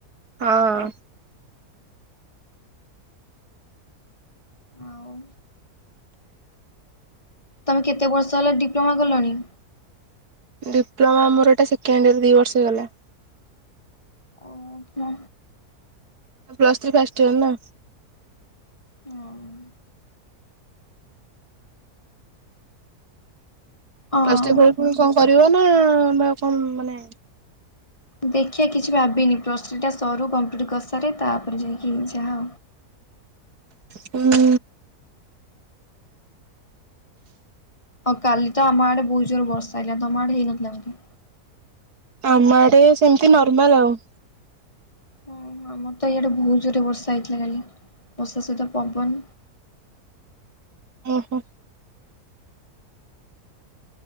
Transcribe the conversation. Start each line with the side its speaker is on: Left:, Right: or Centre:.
Right: ହଁ
Left: ଆଉ ତମେ କେତେ ବର୍ଷ ହେଲା ଡିପ୍ଲୋମା କଲଣି?
Right: ଡିପ୍ଲୋମା ମୋର ଏଟା ସେକେଣ୍ଡ ଇୟର ଦି ବର୍ଷ ହେଇଗଲା।
Left: ଓ ହୋ
Right: ପ୍ଲସଥ୍ରୀ ଫାଷ୍ଟୟାର
Left: ଓହୋ। ହଁ
Right: ପ୍ଲସଥ୍ରୀ ପରେ ପୁଣି କଣ କରିବ ନା ବା କଣ ମାନେ
Left: ଦେଖିବା କିଛି ଭାବିନି ପ୍ଲସ୍ଥ୍ରୀଟା ସରୁ କମ୍ପ୍ଲିଟ୍ କରିସାରେ ତାପରେ ଯାଇକି ଯାହା।
Right: ହୁଁ
Left: ହଉ କାଲି ତ ଆମ ଆଡେ ବହୁତ ଜୋର ବର୍ଷା ହେଇଲାଣି ତ ଆମ ଆଡେ ହେଇନଥିଲା ବୋଧେ।
Right: ଆମ ଆଡେ ସେମିତି ନର୍ମାଲ ଆଉ।
Left: ଓ ଆମର ତ ଇଆଡେ ବହୁତ ଜୋରେ ବର୍ଷା ହେଇଥିଲା କାଲି। ବର୍ଷା ସହିିତ ପବନ୍
Right: ଓହୋ